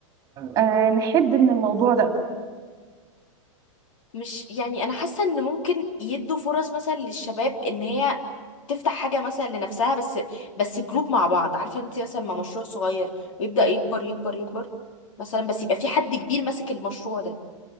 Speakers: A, on the right (about 20°); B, on the left (about 75°).
A: آه نحد من الموضوع ده
B: مش يعني انا حاسه ان ممكن يدوا فرص مثلا للشباب ان هي تفتح حاجه مثلا لنفسها بس بس جروب مع بعض عارفه انت مثلا ما مشروع صغير ويبدا يكبر يكبر يكبر مثلا بس يبقى في حد كبير ماسك المشروع ده